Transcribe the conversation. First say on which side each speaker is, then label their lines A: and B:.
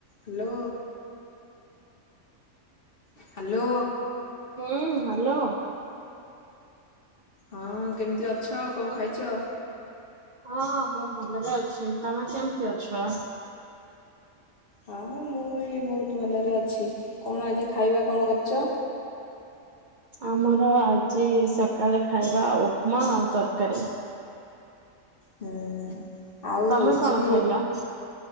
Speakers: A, on the left (about 45°); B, on the right (about 85°).
A: Hello hello.
B: ହୁଁ hello.
A: ହଁ କେମିତି ଅଛ କଣ ଖାଇଚ?
B: ହଁ ମୁଁ ଭଲ ରେ ଅଛି। ତମେ କେମତି ଅଛ?
A: ହଁ ମୁଁ ବି ମୁଁ ବହୁତ ଭଲରେ ଅଛି। କଣ ଆଜି ଖାଇବା କଣ କରିଚ?
B: ଆମର ଆଜି ସକାଳେ ଖାଇବା ଉପମା ଆଉ ତରକାରୀ।
A: ହୁଁ ଆଉ
B: ତମେ
A: ହଉଛି
B: କଣ ଖାଇଲ?